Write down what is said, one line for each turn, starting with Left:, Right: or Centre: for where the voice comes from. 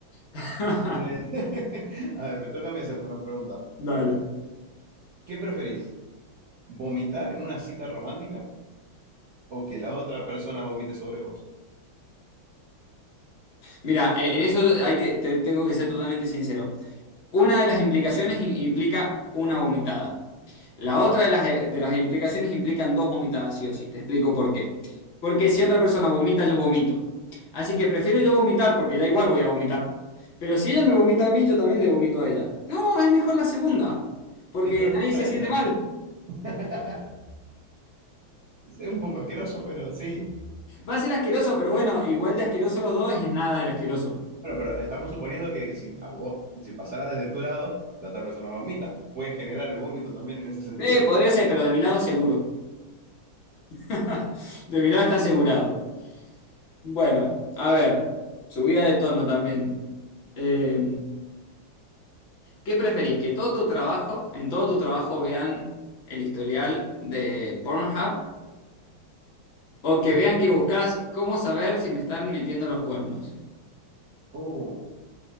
Left: <laughs>
Right: Eh, <laughs> A ver, me toca a mí hacerte una pregunta.
Left: Dale.
Right: ¿Qué preferís? ¿Vomitar en una cita romántica o que la otra persona vomite sobre vos?
Left: Mira, eh, en eso hay que, te- tengo que ser totalmente sincero. Una de las implicaciones im- implica una vomitada. La otra de las, eh, de las implicaciones implican dos vomitadas, sí o sí. Te explico por qué. Porque si otra persona vomita, yo vomito. Así que prefiero yo vomitar porque ya igual voy a vomitar. Pero si ella me vomita a mí, yo también le vomito a ella. No, es mejor la segunda, porque
Right: Y pero
Left: nadie
Right: es culpa
Left: se
Right: de
Left: siente
Right: ella.
Left: mal.
Right: <laughs> Es un poco asqueroso, pero sí.
Left: Va a ser asqueroso, pero bueno, igual de asqueroso los dos es nada de asqueroso.
Right: Bueno, pero estamos suponiendo que si a vos, si pasara desde tu lado, la otra persona vomita. Puede generar el vómito también en ese sentido.
Left: Eh, podría ser, pero de mi lado seguro. <laughs> De mi lado está asegurado. Bueno, a ver, subida de tono también. Eh, ¿qué preferís? ¿Que todo tu trabajo, en todo tu trabajo vean el historial de Pornhub? ¿O que
Right: <laughs>
Left: vean que buscas cómo saber si me están metiendo los cuernos?
Right: Uh,